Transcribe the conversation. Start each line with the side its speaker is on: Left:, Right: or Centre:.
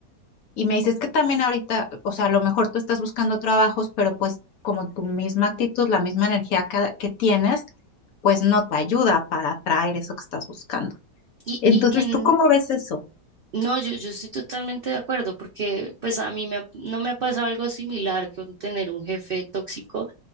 Left: Y me dices que también ahorita, o sea, a lo mejor tú estás buscando trabajos, pero pues como tu misma actitud, la misma energía que, que tienes, pues no te ayuda para atraer eso que estás buscando.
Right: Y,
Left: Entonces,
Right: y que
Left: ¿tú cómo ves eso?
Right: No, yo, yo estoy totalmente de acuerdo porque pues a mí me ha- no me ha pasado algo similar con tener un jefe tóxico,